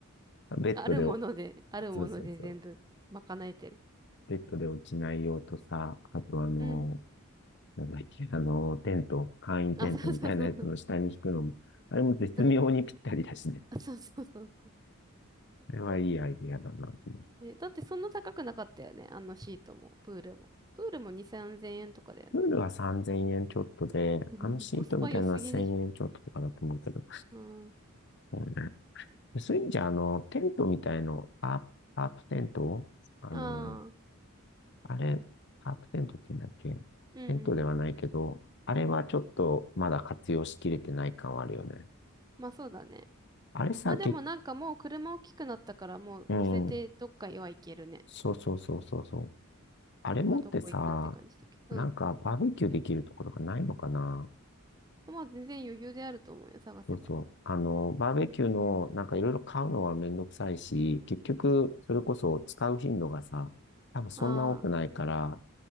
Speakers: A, on the left (about 55°); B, on the right (about 20°).
A: <laughs> ベッドでお、
B: あるもので、あるもので全部賄えてる。
A: そうそうそう、ベッドで落ちない用とさ、あとあの、
B: うん。
A: なんだっけ、あの、テント、簡易テントみたいなやつの下に引くのも、
B: あ、そうそうそう。
A: あれも絶妙にぴったりだしね。
B: <laughs> あそうそうそう。
A: あれはいいアイディアだなと思って。
B: え、だってそんな高くなかったよね。あのシートも、プールも。プールも2、3000円とかだよね。
A: プールは3000円ちょっとで、
B: <laughs>
A: あのシートみたいなのは1000円ちょっととかだと思うけど。
B: コスパ良すぎでしょ。うん。
A: そうね。でそういう意味じゃ、あの、テントみたいの、パープ、パープテントあの、
B: ああ、
A: あれ、パープテントって言うんだっけテントではないけど、
B: うんうん。
A: あれはちょっとまだ活用しきれてない感はあるよね。
B: まあそうだね。
A: あれさ、
B: まあでもなんかもう車大きくなったからもう乗せてどっかへは行けるね。
A: け、うん、そうそうそうそうそう。あれ持ってさ、
B: まあどこ行くって感じだけど。
A: なんかバーベキューできるところがないのかな
B: うん。まあ全然余裕であると思うよ、探せば。
A: そうそう。あの、バーベキューの、なんかいろいろ買うのはめんどくさいし、結局、それこそ使う頻度がさ、多分そんな多くないから、
B: ああ、